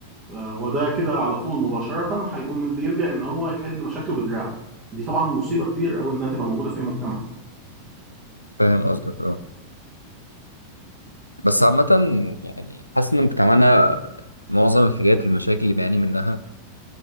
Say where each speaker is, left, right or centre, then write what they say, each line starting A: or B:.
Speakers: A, on the right; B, on the left.
A: آه، وده كده على طول مباشره هيقوم اللي يلجا ان هو يحل مشاكله بدراعه دي طبعا مصيبه كبيره قوي انها تبقى موجوده في اي مجتمع
B: فاهم قصدك اه بس عامة يعني حاسس إن مجتمعنا معظم الحاجات المشاكل اللي بيعاني منها